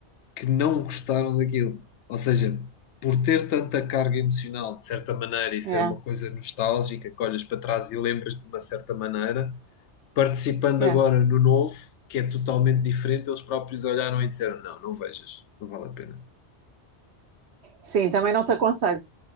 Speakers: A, on the left; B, on the right.
A: que não gostaram daquilo. Ou seja, por ter tanta carga emocional, de certa maneira, e ser
B: yeah,
A: uma coisa nostálgica que olhas para trás e lembras de uma certa maneira, participando
B: yeah.
A: agora no novo, que é totalmente diferente, eles próprios olharam e disseram: Não, não vejas, não vale a pena.
B: Sim, também não te aconselho.